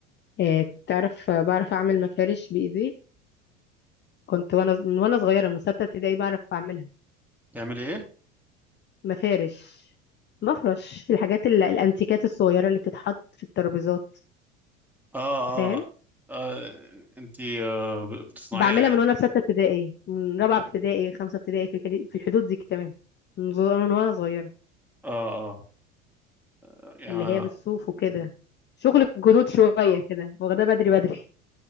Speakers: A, on the left; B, in the centre.
A: آه تعرف آه، بعرف اعمل مفارش بايدي كنت وانا من وانا صغيره من سته ابتدائي بعرف اعملها
B: بتعملي ايه
A: مفارش مفرش الحاجات ال- الانتيكات الصغيره اللي بتتحط في الترابيزات
B: اه
A: فاهم
B: اه, آه انتي آه بتصنعيها
A: بعملها
B: يعني
A: من وانا في سته ابتدائي من رابعه ابتدائي خمسه ابتدائي في الحدود في الحدود دي كمان من زو- من وانا صغيره
B: اه اه يعني
A: اللي هي
B: آه،
A: بالصوف وكده شغل الجدود شويه كده واخداه بدري بدري